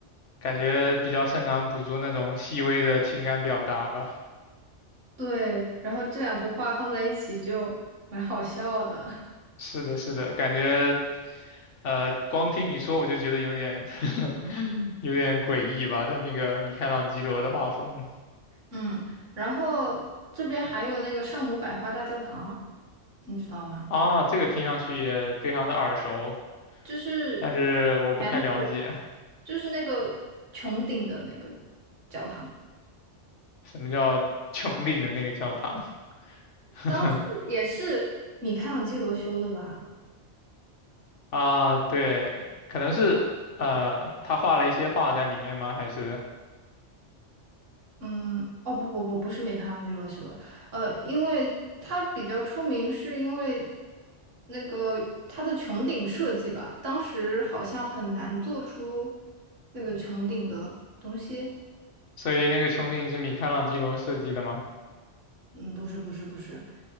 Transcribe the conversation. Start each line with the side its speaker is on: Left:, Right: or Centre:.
Left: 感觉比较擅长捕捉那种细微的情感表达吧。
Right: 对，然后这两幅画放在一起就蛮好笑的。
Left: 是的，是的，感觉呃，光听你说我就觉得有点 <laughs> 有点诡异吧，他那个米开朗基罗的画风
Right: 嗯，然后这边还有那个圣母百花大教堂，你知道吗？
Left: 啊，这个听上去也非常的耳熟，
Right: 就是
Left: 但是我不太了解
Right: 圆圆，就是那个穹顶的那个教堂，
Left: 什么叫 <laughs> 穹顶的那个教堂。<laughs>
Right: 当时也是米开朗基罗修的吧？
Left: 啊，对，可能是呃，他画了一些画在里面吗？还是
Right: 嗯，哦不不不，不是米开朗基罗修的，呃，因为他比较出名，是因为那个他的穹顶设计吧，当时好像很难做出那个穹顶的东西。
Left: 所以那个穹顶是米开朗基罗设计的吗？
Right: 嗯，不是不是不是，